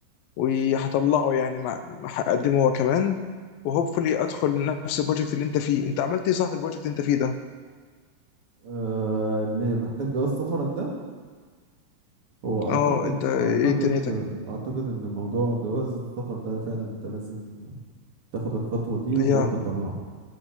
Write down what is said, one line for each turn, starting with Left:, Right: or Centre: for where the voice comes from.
Left: وهطلعه يعني مع هقدمه هو كمان وهوبفully ادخل نفس البروجكت اللي انت فيه انت عملت ايه صح في البروجكت اللي انت فيه ده
Right: آه اللي محتاج جواز سفرك ده هو
Left: اه
Right: اعتقد
Left: انت ايه
Right: اعتقد
Left: دنيتك
Right: اعتقد ان موضوع جواز السفر ده فعلا انت لازم تاخد الخطوة دي وتروح
Left: يا
Right: تطلعه